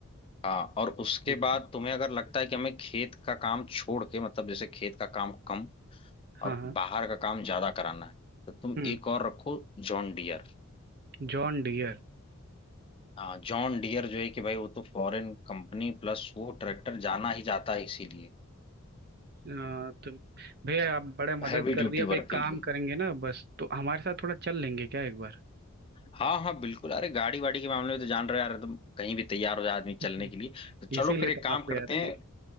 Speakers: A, on the left; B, on the right.
A: आ, और उसके
B: ठीक
A: बाद
B: है
A: तुम्हें अगर लगता है कि हमें खेत का काम छोड़ के मतलब जैसे खेत का काम कम
B: हाँ
A: और
B: हाँ
A: बाहर का काम ज्यादा कराना है तो तुम
B: हम्म
A: एक और रखो जॉन डियर
B: John dear
A: हाँ जॉन डियर जो है कि भाई वो तो फॉरेन कंपनी प्लस वो ट्रैक्टर जाना ही जाता है इसीलिए
B: आ, तो भैया आप बड़े मदद
A: हैवी
B: कर
A: ड्यूटी
B: दिया अब
A: वर्क
B: एक
A: के
B: काम
A: लिए
B: करेंगे ना बस तो हमारे साथ थोड़ा चल लेंगे क्या एक बार
A: हाँ हाँ बिल्कुल अरे गाड़ी वाड़ी के मामले में तो जान रहे हो यार तुम कहीं भी तैयार हो जाए आदमी चलने
B: <laughs>
A: के लिए तो चलो
B: इसीलिए
A: फिर एक
B: तो हम
A: काम
B: आपको
A: करते
B: याद किए
A: हैं